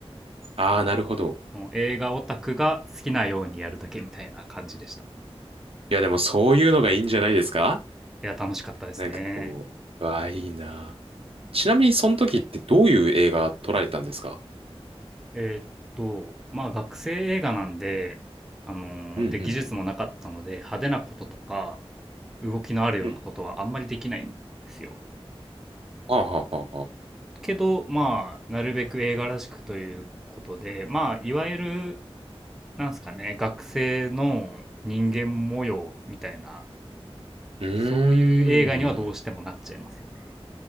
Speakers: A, on the right; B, in the centre.
A: ああ、なるほど。
B: もう映画オタクが好きなようにやるだけみたいな感じでした。い
A: いや、でもそういうのがいいんじゃないですか
B: や、楽しかったですね。
A: なんかこう、わあ、いいな。ちなみに、その時ってどういう映画撮られたんですか
B: えーっと、まあ学生映画なんで、あのーで、
A: うんう
B: 技術もなかったので、派手なこととか、動きのあるようなことはあんまりできないんですよ。
A: んうん。はあはあはあはあ
B: けど、まあ、なるべく映画らしくということで、まあ、いわゆる、なんすかね、学生の人間模様みたいな、
A: うーん。
B: そういう映画にはどうしてもなっちゃいますよね。